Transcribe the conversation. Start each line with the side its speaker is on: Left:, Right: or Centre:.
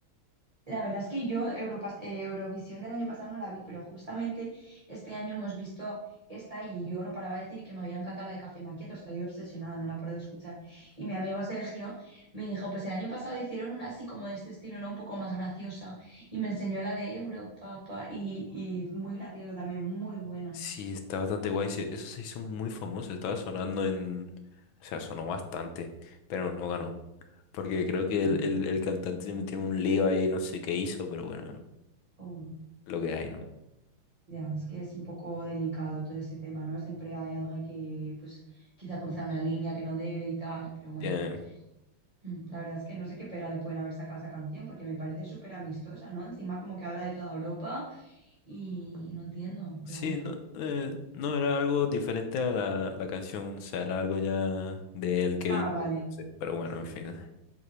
Right: La verdad es que yo Europas- eh, Eurovisión del año pasado no la vi, pero justamente este año hemos visto esta y yo no paraba de decir que me había encantado la de Café Maquieto, estoy obsesionada, no la paro de escuchar. Y mi amigo Sergio me dijo, pues el año pasado hicieron una así como de este estilo, ¿no? Un poco más graciosa y me enseñó la de Europa pa- y, y muy graciosa también, muy buena.
Left: Sí, está bastante guay. se- Eso se hizo muy famoso, estaba sonando en... O sea, sonó bastante, pero no ganó. Porque creo que
Right: Ya,
Left: el, el, el cantante se metió en un lío ahí, no sé qué hizo, pero bueno,
Right: oh,
Left: lo que hay, ¿no?
Right: ya, es que es un poco delicado todo ese tema, ¿no? Siempre hay alguien que pues quizá cruza una línea que no debe y tal, pero bueno.
Left: Ya,
Right: Mm, La verdad es que no sé qué pega le pueden haber sacado a esa canción porque me parece súper amistosa, ¿no? Encima como que habla de toda Europa y no entiendo, pero
Left: Sí,
Right: bueno.
Left: no, eh, no era algo diferente a la, la canción, o sea, era algo ya de él que
Right: Ah,
Left: hizo,
Right: vale,
Left: no sé, pero bueno,
Right: sí.
Left: en fin.